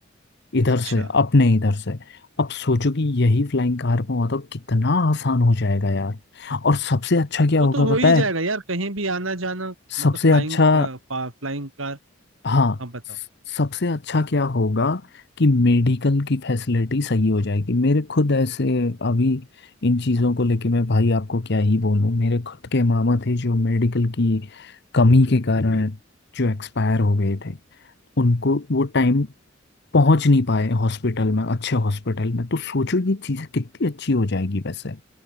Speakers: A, on the left; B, on the right.
A: इधर
B: अच्छा
A: से अपने इधर से अब सोचो कि यही फ्लाइंग कार में हुआ तो कितना आसान हो जाएगा यार और सबसे अच्छा क्या
B: वो
A: होगा
B: तो हो
A: पता
B: ही जाएगा
A: है
B: यार कहीं भी आना जाना मतलब
A: सबसे
B: फ्लाइंग
A: अच्छा
B: का फ्लाइंग कार
A: हाँ
B: हम बताओ
A: स- सबसे अच्छा क्या होगा कि मेडिकल की फैसिलिटी सही हो जाएगी मेरे खुद ऐसे अभी इन चीज़ों को लेके मैं भाई आपको क्या ही बोलूँ मेरे खुद के मामा थे जो मेडिकल की कमी के कारण जो एक्सपायर हो गए थे उनको वो टाइम पहुंच नहीं पाए हॉस्पिटल में अच्छे हॉस्पिटल में तो सोचो ये चीज़ें कितनी अच्छी हो जाएगी वैसे